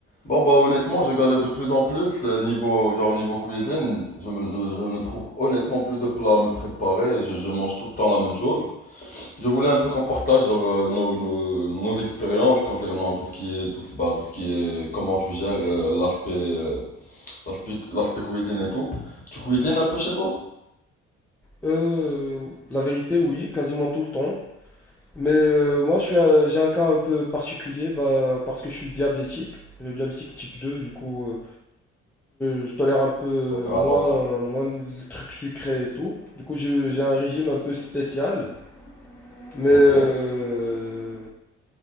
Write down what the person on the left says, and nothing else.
Bon bah honnêtement je galère de plus en plus euh, niveau genre niveau cuisine je, me- je, je ne trouve honnêtement plus de plats à me préparer je, je mange tout le temps la même chose je voulais un peu qu'on partage genre euh, nos, nos, nos expériences concernant tout ce qui est tout ce, bah, tout ce qui est comment tu gères euh, l'aspect euh, l'aspect l'aspect cuisine et tout tu cuisines un peu chez toi?
Faut faire
attention
ok